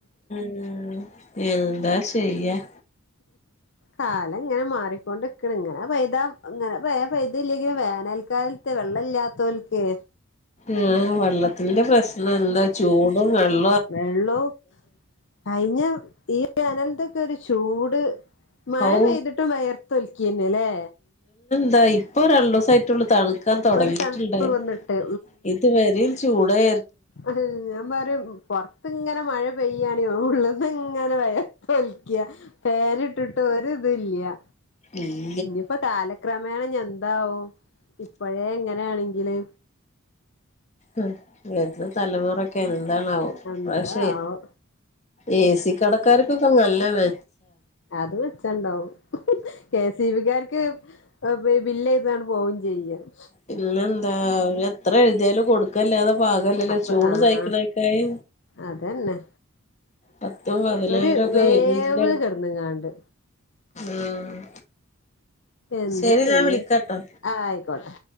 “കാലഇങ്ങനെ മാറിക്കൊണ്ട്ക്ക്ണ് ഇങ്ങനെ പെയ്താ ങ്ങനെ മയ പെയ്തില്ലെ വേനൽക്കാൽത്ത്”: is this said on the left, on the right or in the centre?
Left